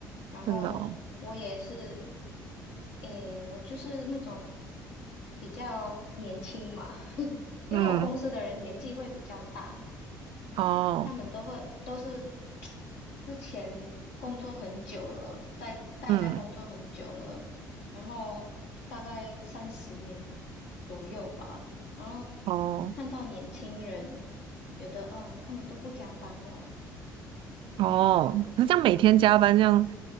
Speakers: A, on the left (about 70°); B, on the right (about 55°).
A: 然后我也是，
B: 真的哦，
A: 诶，我就是那种比较年轻嘛，<laughs>
B: 嗯，
A: 因为我公司的人年纪会比较大。
B: 哦，
A: 他们都会都是之前工作很久了，在待在工作很久了，
B: 嗯，
A: 然后大概三十年左右吧，然后
B: 哦，
A: 看到年轻人，觉得哦，他们都不加班哦，
B: 哦，可是这样每天加班，这样